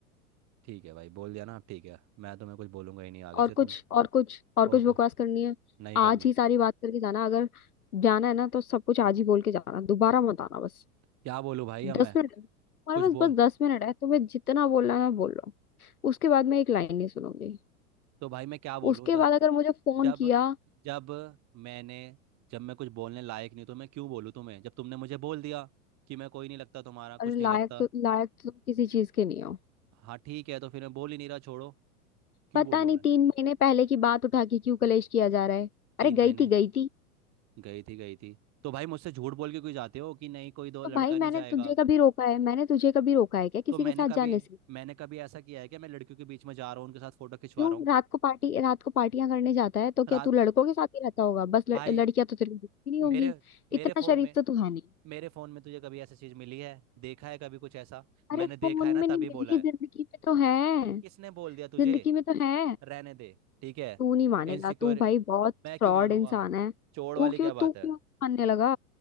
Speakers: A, on the right; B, on the left.
A: ठीक है भाई बोल दिया ना ठीक है मैं तुम्हें कुछ बोलूंगा ही नहीं आगे
B: और
A: से
B: कुछ
A: तुम
B: और कुछ और कुछ
A: और
B: बकवास
A: कुछ
B: करनी है
A: नहीं
B: आज
A: करनी है
B: ही सारी बात करके जाना अगर जाना है ना तो सब कुछ आज ही बोल के जाना दोबारा मत आना बस
A: क्या बोलूँ भाई
B: दस
A: अब मैं
B: मिनट है। तुम्हारे
A: कुछ
B: पास
A: बोल
B: बस दस मिनट है तुम्हें जितना बोलना है ना बोल लो उसके बाद मैं एक लाइन नहीं सुनूंगी
A: तो भाई मैं क्या बोलूँ
B: उसके बाद अगर मुझे फोन
A: जब
B: किया
A: जब मैंने जब मैं कुछ बोलने लायक नहीं तो मैं क्यों बोलूँ तुम्हें जब तुमने मुझे बोल दिया कि मैं कोई नहीं लगता तुम्हारा कुछ
B: अरे
A: नहीं
B: लायक
A: लगता
B: तो लायक तो किसी चीज के नहीं हो
A: हाँ ठीक है तो फिर मैं बोल ही नहीं रहा छोड़ो क्यों
B: पता
A: बोलूँ
B: नहीं
A: मैं
B: तीन महीने पहले की बात उठा के क्यों कलेश किया जा रहा है
A: तीन
B: अरे
A: महीने
B: गई थी गई थी
A: गई थी गई थी तो भाई मुझसे झूठ बोल के कोई जाते हो कि नहीं कोई दो
B: तो
A: लड़का
B: भाई मैंने
A: नहीं जाएगा
B: तुझे कभी रोका है मैंने तुझे कभी रोका है क्या किसी
A: तो मैंने
B: के साथ
A: कभी
B: जाने से
A: मैंने कभी ऐसा किया है कि मैं लड़कियों के बीच में जा रहा हूँ उनके साथ फोटो खिंचवा
B: क्यों
A: रहा हूँ
B: रात को पार्टी रात को पार्टियां करने जाता है तो क्या
A: रात
B: तू लड़कों के साथ ही रहता होगा बस लड़,
A: भाई
B: लड़कियां तो तेरे को दिखती नहीं
A: मेरे
B: होंगी
A: मेरे
B: इतना
A: फोन
B: शरीफ
A: में
B: तो तू है नहीं
A: मेरे फोन में तुझे कभी ऐसी चीज मिली है देखा है कभी कुछ ऐसा मैंने
B: अरे
A: देखा
B: फोन
A: है ना
B: में नहीं
A: तभी
B: मिली
A: बोला है
B: जिंदगी में तो है
A: किसने बोल दिया तुझे
B: जिंदगी में तो है
A: रहने दे ठीक है
B: तू नहीं मानेगा
A: इनसिक्योर
B: तू भाई बहुत
A: मैं क्यों
B: फ्रॉड
A: मानूंगा
B: इंसान है
A: चोर
B: तू
A: वाली क्या
B: क्यों
A: बात
B: तू क्यों
A: है
B: मानने लगा